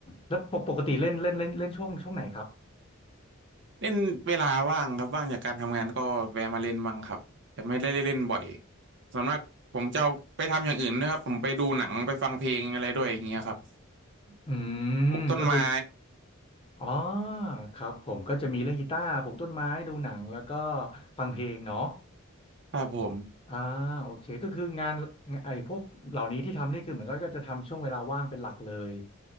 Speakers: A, on the left; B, on the right.
A: แล้วปกปกติเล่นเล่นเล่นเล่นช่วงช่วงไหนครับ
B: เล่นเวลาว่างครับว่างจากการทำงานก็แวะมาเล่นบ้างครับแต่ไม่ได้เล่นบ่อยส่วนมากผมจะเอาไปทำอย่างอื่นนะครับผมไปดูหนังไปฟังเพลงอะไรด้วยอย่างเงี้ยครับ
A: อื
B: ปลูกต้นไม้
A: มก็คืออ๋อครับผมก็จะมีเล่นกีตาร์ปลูกต้นไม้ดูหนังแล้วก็ฟังเพลงเนาะ
B: ครับผม
A: อ่าโอเคก็คืองานไอ้พวกเหล่านี้ที่ทำนี่คือเหมือนก็ก็จะทำช่วงเวลาว่างเป็นหลักเลย